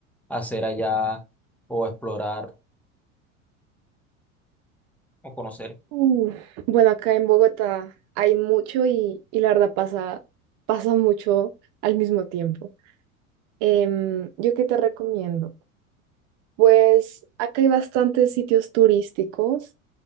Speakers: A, in the centre; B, on the right.
A: hacer allá o explorar o conocer.
B: Uh, bueno, acá en Bogotá hay mucho y, y la verdad pasa, pasa mucho al mismo tiempo. Em, ¿yo qué te recomiendo? Pues acá hay bastantes sitios turísticos